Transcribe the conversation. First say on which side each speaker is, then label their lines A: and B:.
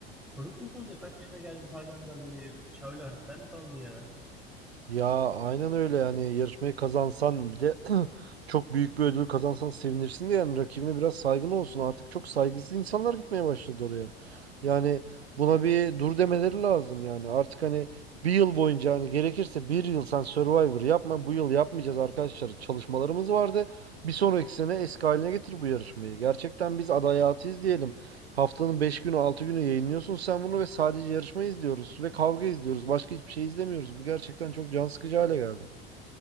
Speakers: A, in the centre; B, on the right.
A: çocuk musunuz ya? Kaç yaşına geldiniz halen daha böyle şöyle hareketler mi kaldı ya?
B: Ya aynen öyle yani yarışmayı kazansan bir de <clears throat> çok büyük bir ödül kazansan sevinirsin de yani rakibine biraz saygın olsun. Artık çok saygısız insanlar gitmeye başladı oraya. Yani buna bir dur demeleri lazım yani. Artık hani bir yıl boyunca hani gerekirse bir yıl sen Survivor yapma bu yıl yapmayacağız arkadaşlar. Çalışmalarımız vardı. Bir sonraki sene eski haline getir bu yarışmayı. Gerçekten biz aday hayatı izleyelim. Haftanın 5 günü 6 günü yayınlıyorsun sen bunu ve sadece yarışma izliyoruz ve kavga izliyoruz. Başka hiçbir şey izlemiyoruz. Bu gerçekten çok can sıkıcı hale geldi.